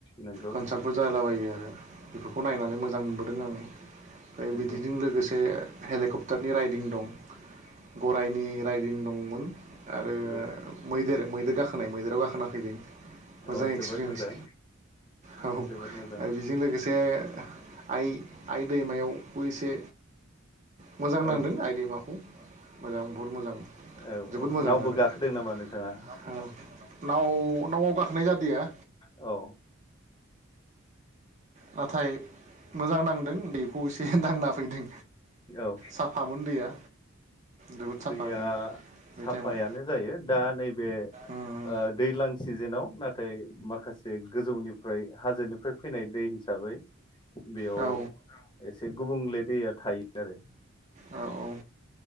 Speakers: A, on the left; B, on the right.
A: नंगौ
B: कनसार्टफोर जालाबायो आरो बे नायनानै मोजां मोनबोदों आङो मफ्राय
A: नंगौ
B: बिदिजों लोगोसे हेलिकप्टारनि राइदिं दं गराय राइदिं दंमोन आरो
A: नंगौ
B: मैदेर मैदेर गाखोनाय मैदेराव गाखोना फैदों मोजां
A: औ
B: एक्सपिरियेन्स
A: जोबोद मोजां
B: औ
A: जोबोद मोजां
B: आरो बेजों लोगोसे जे आइ आइ दैमायावबो एसे मोजां
A: औ
B: नांदों आइ दैमाखौ मोजां बहुद मोजां
A: औ
B: जोबोद
A: औ
B: मोजां
A: नावबो
B: आरो
A: गाखोदों नामा नोंथाङा?
B: नाव नावाव गाखोनाय जादिया
A: औ
B: नाथाय मोजां नांदों दैखौ एसे दांना फैदों
A: औ
B: साफामोन दैया जोबोद साफा
A: दैया
B: दै बे
A: साफायानो
B: टाइमाव
A: जायो दा नैबे
B: उम उम
A: ओ दैज्लां सिजोनाव नाथाय माखासे गोजौनिफ्राय हाजोनिफ्राय फैनाय दै हिसाबै बेयाव
B: औ
A: एसे गुबुंले दैया थायो आरो
B: औ औ